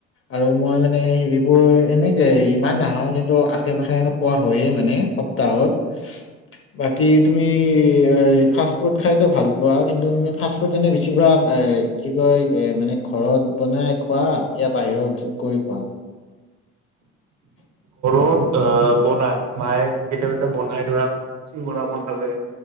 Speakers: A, on the left (about 35°); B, on the right (about 50°).
A: আৰু মই মানে সেইবোৰ এনেকে ইমান নাখাও কিন্তু আশে পাশে অলপ খোৱা হয়ে মানে সপ্তাহত।
B: <inaudible>
A: বাকী তুমি এ ফাষ্ট ফুড খাইতো ভাল পোৱা কিন্তু তুমি ফাষ্ট ফুড এনে বেছিভাগ এ কি কয় মানে ঘৰত বনাই খোৱা ই বাহিৰত গৈ খোৱা।
B: ত অ বনাই মায়ে কেতিয়ও কেতিয়া বনাই ধৰা চিঙৰা বনালে